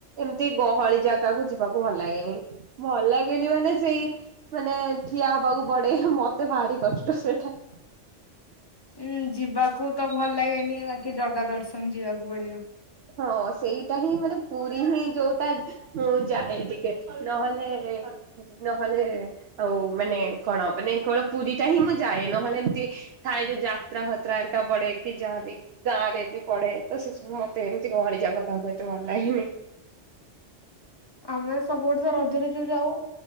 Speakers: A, on the right; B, on the left.
A: ଏମତି ଗହଳି ଜାଗାକୁ ଯିବାକୁ ଭଲ ଲାଗେନି- ଭଲ ଲାଗେନି ମାନେ ସେଇ ମାନେ ଠିଆ ହବାକୁ ପଡେ ମତେ ଭାରି କଷ୍ଟ ସେଟା।
B: ଉୁଁ ଯିବାକୁ ତ ଭଲ ଲାଗେନି ବାକି ଜଗା ଦର୍ଶନ ଯିବାକୁ ପଡିବ।
A: ହଁ ସେଇଟା ହିଁ ମାନେ ପୁରୀ ହିଁ ଯଉଟା ମୁଁ ଯାଏ ଟିକେ ନହେଲେ -ନହେଲେ ଆଉ ମାନେ କଣ ମାନେ କଣ ପୁରୀ ଟା ହିଁ ମୁଁ ଯାଏ, ନହେଲେ ଏମ୍ତି ଥାଏ ଯୋଉ ଯାତ୍ରା ଫାତ୍ରା ଏରିକା ପଡେ କି ଯାହାବି ଗାଁରେ ବି ପଡେ ତ ସେସବୁ ମ ତେ ଏମ୍ତି ଗହଳି ଯାକ କାହାକୁ ଏତେ ଭଲ୍ ଲାଗେନି।
B: ଆମେ ସବୁ ବର୍ଷ ରଜରେ ଯୋଉ ଯାଉ,